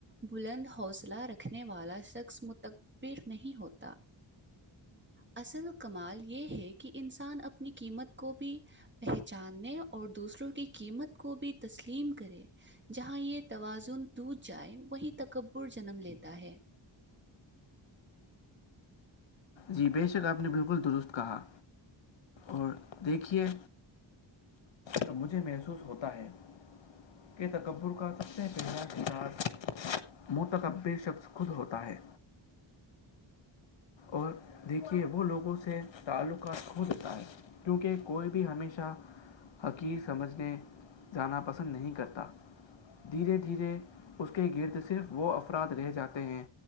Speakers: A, on the right; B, on the left.
A: بلند حوصلہ رکھنے والا شخص متبر نہیں ہوتا اصل کمال یہ ہے کہ انسان اپنی قیمت کو بھی پہچاننے اور دوسروں کی قیمت کو بھی تسلیم کرے جہاں یہ توازن دج جائے وہی تکبر جنم لیتا ہے
B: جی بے شک آپ نے بالکل درست کہا اور دیکھیے تو مجھے محسوس ہوتا ہے کہ تکبر کر سکتے ہیں پہلا کردار منہتک بے شخص خود ہوتا ہے اور دیکھیے وہ لوگوں سے تعلقات کھو دیتا ہے کیونکہ کوئی بھی ہمیشہ حقیق سمجھنے جانا پسند نہیں کرتا دھیرے دھیرے اس کے گرد صرف وہ اف اراد رہ جاتے ہیں